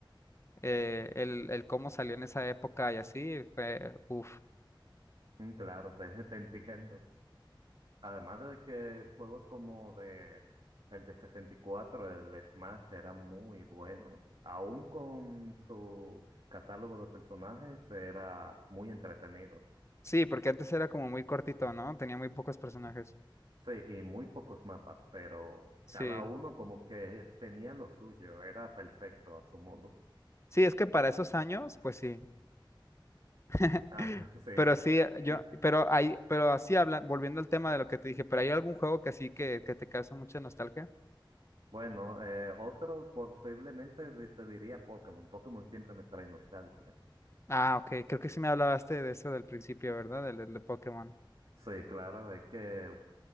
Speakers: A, on the left; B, on the right.
A: eh, el, el cómo salió en esa época y así fue, uff.
B: mm, claro, te, te entiendo. Además de que juegos como de el de sesenta y cuatro el Smash era muy bueno. Aún con su catálogo de personajes era muy entretenido.
A: Sí, porque antes era como muy cortito, ¿no? Tenía muy pocos personajes.
B: Sí, y muy pocos mapas, pero
A: Sí.
B: cada uno como que tenía lo suyo, era perfecto a su modo.
A: Sí, es que para esos años, pues sí. <laughs>
B: Ah, <laughs> sí.
A: Pero sí, eh, yo,
B: Sí.
A: pero hay, pero así habla, volviendo al tema de lo que te dije, pero hay algún juego que así que, que te causa mucha nostalgia.
B: Bueno, eh, otro posiblemente di- te diría Pokémon. Pokémon siempre me trae nostalgia.
A: Ah, ok, creo que sí me hablaste de eso del principio, ¿verdad? Del, del de Pokémon.
B: Sí, claro, es que